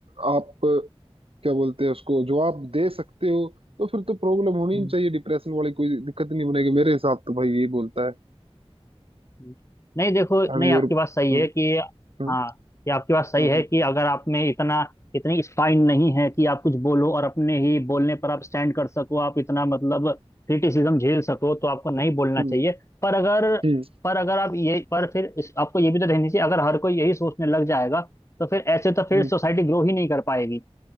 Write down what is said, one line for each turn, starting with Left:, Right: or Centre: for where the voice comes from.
Right: आप क्या बोलते हैं उसको जवाब दे सकते हो तो फिर तो प्रॉब्लम होनी ही
Left: हम्म,
Right: नहीं चाहिए डिप्रेशन वाली कोई दिक्कत नहीं बनेगी मेरे हिसाब तो भाई यही बोलता है
Left: हम्म। नहीं देखो
Right: अभी
Left: नहीं आपकी
Right: और
Left: बात सही
Right: हम्म
Left: है कि
Right: हम्म
Left: हाँ ये आपकी बात सही
Right: हम्म
Left: है कि अगर आप में इतना इतनी स्पाइन नहीं है कि आप कुछ बोलो और अपने ही बोलने पर आप स्टैंड कर सको आप इतना मतलब क्रिटिसिज्म झेल सको तो आपको नहीं बोलना
Right: हम्म
Left: चाहिए पर अगर
Right: हम्म,
Left: पर अगर आप ये पर फिर इस, आपको ये भी तो रहनी चाहिए अगर हर कोई यही सोचने लग जाएगा तो फिर ऐसे तो फिर
Right: हम्म।
Left: सोसाइटी ग्रो ही नहीं कर पाएगी